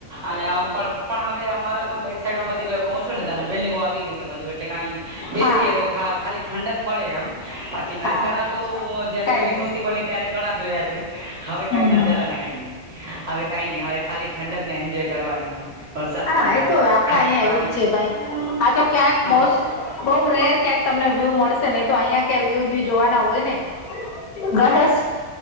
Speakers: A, on the right; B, on the left.
A: અને પણ પણ હવે અમારે તો બેક સાઈડમાં બધી કવુ છું ને તને બિલ્ડિંગો આવી ગઈ છે બધું એટલે કંઈ બેસીએ
B: હા.
A: તો ખાલી ઠંડક મળે એમ બાકી
B: હા હા
A: નજારા તો જયારે
B: કઈ
A: બિલ્ડીંગ
B: નઈ
A: નહોતી બની ત્યારે ઘણા જોયા છે હવે કઈ
B: હમ.
A: નજારા ને કઈ નઈ હવે કઈ નહી હવે ખાલી ઠંડક ને એન્જોય કરવાની એમ. વરસાદના
B: હા
A: ઓલાને
B: એ તો આપડા
A: હા
B: અહિયાં
A: પાણીને
B: એવું જ છે ભાઈ. આ તો ક્યાંક
A: હા
B: બસ
A: બ
B: બવ રેર કેક તમને વ્યૂ મળશે નહી તો અહિયાં ક્યા વ્યૂ વ્યૂ જોવાના હોય ને વરસ